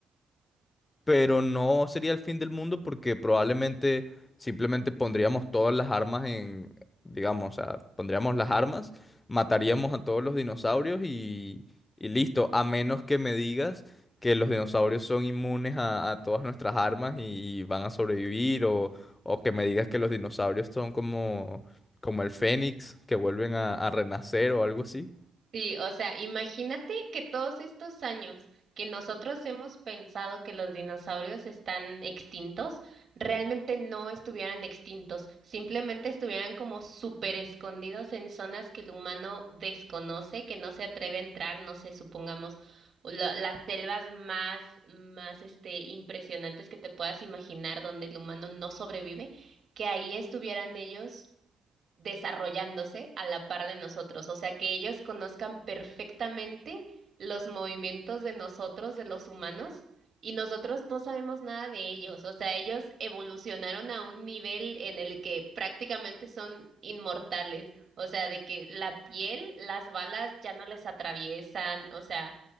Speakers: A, on the left (about 30°); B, on the right (about 45°).
A: pero no sería el fin del mundo porque probablemente simplemente pondríamos todas las armas en, digamos, o sea, pondríamos las armas, mataríamos a todos los dinosaurios y, y listo, a menos que me digas que los dinosaurios son inmunes a, a todas nuestras armas y, y van a sobrevivir o, o que me digas que los dinosaurios son como, como el fénix, que vuelven a, a renacer o algo así.
B: Sí, o sea, imagínate que todos estos años que nosotros hemos pensado que los dinosaurios están extintos, realmente no estuvieran extintos, simplemente estuvieran como súper escondidos en zonas que el humano desconoce, que no se atreve a entrar, no sé, supongamos lo- las selvas más, más, este, impresionantes que te puedas imaginar donde el humano no sobrevive, que ahí estuvieran ellos desarrollándose a la par de nosotros, o sea, que ellos conozcan perfectamente los movimientos de nosotros, de los humanos, y nosotros no sabemos nada de ellos, o sea, ellos evolucionaron a un nivel en el que prácticamente son inmortales, o sea, de que la piel, las balas ya no les atraviesan, o sea,